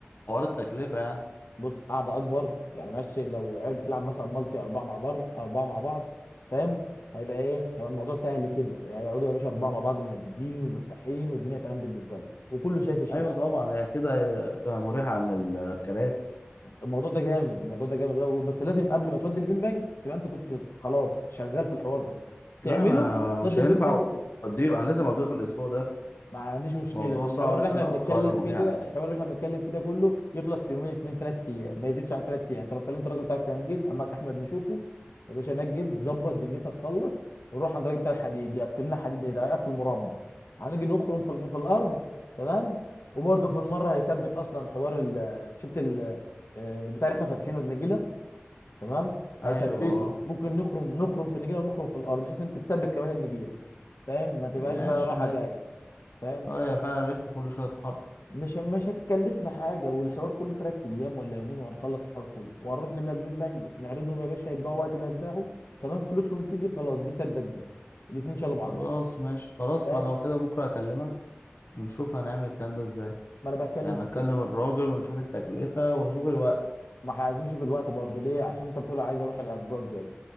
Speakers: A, on the left (about 60°); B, on the left (about 80°).
A: حوار التكلفة يعني.
B: بص قاعده اكبر يعني ماشي لو عيال بتلعب مثلا مالتي اربعه مع بعض اربعه مع بعض فاهم هيبقى ايه هيبقى الموضوع سهل كده يعني يقعدوا يا باشا اربعه مع بعض ممددين ومرتاحين والدنيا تمام بالنسبه لهم وكله شايف الشاشه
A: ايوه طبعا هي كده تبقى مريحه عن الكراسي
B: الموضوع ده جامد الموضوع ده جامد بس لازم قبل ما تودي البين بانج تبقى انت كنت خلاص شغال في الحوار ده تعمله
A: لا انا
B: تودي
A: مش
B: البين
A: هينفع
B: بانج
A: اوديه انا لازم اوديهم الاسبوع ده
B: ما عنديش مشكله
A: موضوع
B: الحوار
A: صعب
B: اللي
A: ان
B: احنا
A: انا
B: بنتكلم
A: اخرهم
B: فيه
A: يعني
B: ده الحوار اللي احنا بنتكلم فيه ده كله يخلص في يومين اتنين تلات ايام ما يزيدش عن تلات ايام انت لو كلمت الراجل بتاع التمجيد عمك احمد نشوفه يا باشا نجد ظبط دنيتك خلص ونروح عند الراجل بتاع الحديد يقفل لنا حديد ايه ده هيقفل مربع هنيجي نخرم في, ال- في الارض تمام وبرده في المره هيثبت اصلا حوار ال شفت ال آه، البتاع اللي احنا فرشينه النجيله تمام هيثبته
A: ايوه اه
B: ممكن نخرم نخرم في النجيله ونخرم في الارض بحيث ان انت تثبت كمان النجيل فاهم ما تبقاش
A: ماشي
B: بقى راحه
A: حلو
B: جايه فاهم
A: اه يا فعلا الركب كل شويه اتحرك
B: مش مش هتكلفنا حاجة والحوار كله تلات أيام ولا يومين وهنخلص الحوار كله وهنروح نملى البين بانج نعرضهم يا باشا يتباعوا وقت ما يتباعوا تمام فلوسهم تيجي خلاص دي سدت دي الاتنين شالوا بعضهم
A: خلاص ماشي خلاص
B: فاهم
A: طب لو كده بكره اكلمك ونشوف هنعمل الكلام ده ازاي
B: ما أنا بتكلم
A: يعني
B: في
A: نكلم
B: كده
A: الراجل ونشوف التكلفه ونشوف الوقت
B: ما احنا عايزين نشوف الوقت برضه ليه عشان أنت بتقول عايز أروح الأسبوع الجاي